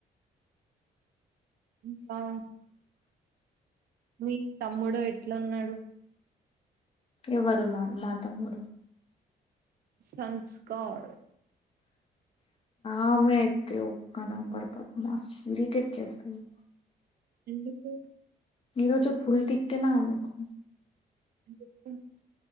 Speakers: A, on the right (about 70°); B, on the left (about 35°).
A: ఇంకా మి తమ్ముడు ఎట్లున్నాడు
B: ఎవరు మా తమ్ముడు
A: సంస్కార్
B: ఆమె ఐతే ఒక్క నెంబర్ బద్మశ్ ఇరిటేట్ చేస్తుంది
A: ఎందుకూ
B: ఈ రోజ ఫుల్ టిక్కన ఆమెకు
A: ఎందుకూ